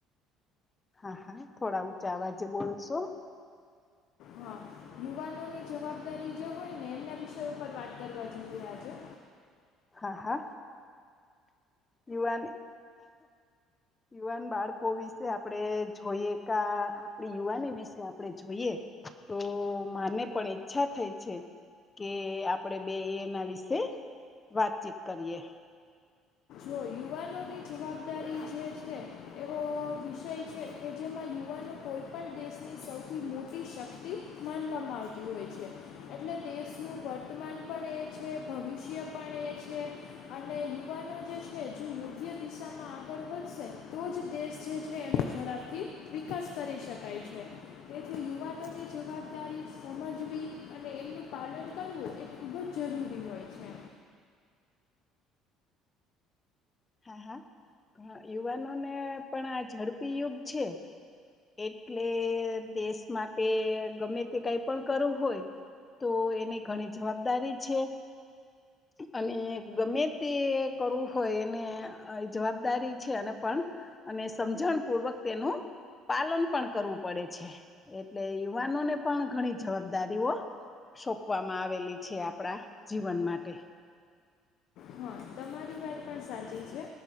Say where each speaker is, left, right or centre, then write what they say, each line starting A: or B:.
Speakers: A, on the left; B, on the left.
A: હા હા થોડા ઊંચા અવાજે બોલશો.
B: હા યુવાનોની જવાબદારી જે હોય ને એમના વિષય ઉપર વાત કરવા જઈએ આજે.
A: હા હા. યુવાની યુવાન બાળકો વિશે આપડે જોઈએ કા યુવાની વિશે આપડે જોઈએ, તો માને પણ ઈચ્છા થઈ છે. કે આપડે બે એના વિશે વાતચીત કરીએ.
B: જો યુવાનોની જવાબદારી જે છે. એવો વિષય છે કે જેમાં યુવાનો કોઈ પણ દેશની સૌથી મોટી શક્તિ. માનવામાં આવતી હોય છે. એટલે દેશનું વર્તમાન પણ એ છે ભવિષ્ય પણ એ છે. અને યુવાનો જે છે યોગ્ય દિશામાં આગળ વધશે, તો જ દેશ જે છે એનું ઝડપથી વિકાસ કરી શકાય છે, તેથી યુવાનોની જવાબદારી સમજવી અને એમનું પાલન કરવું એ ખૂબ જ જરૂરી હોય છે.
A: હા હા, યુવાનો ને પણ આ ઝડપી યુગ છે. એટલે દેશ માટે ગમે તે કાઈ પણ કરવું હોય. તો એની ઘણી જવાબદારી છે. અને ગમે તે કરવું હોય એને જવાબદારી છે, અને પણ, અને સમજણ પૂર્વક તેનું પાલન પણ કરવું પડે છે, એટલે યુવાનોને પણ ઘણી જવાબદારીઓ સોંપવામાં આવેલી છે આપણા જીવન માટે.
B: હ તમારી વાત પણ સાચી છે.